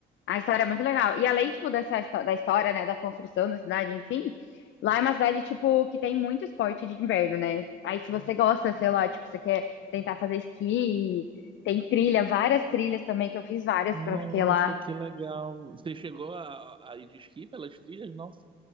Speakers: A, on the left; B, on the right.
A: A história é muito legal. E além, tipo, dessa histó- da história, né, da construção da cidade, enfim, lá é uma cidade, tipo, que tem muito esporte de inverno, né? Aí se você gosta, sei lá, tipo, você quer tentar fazer esqui, tem trilha, várias trilhas também, que eu fiz várias
B: Nossa,
A: quando eu fiquei lá.
B: que legal. Você chegou a, a ir de esqui pelas trilhas? Nossa.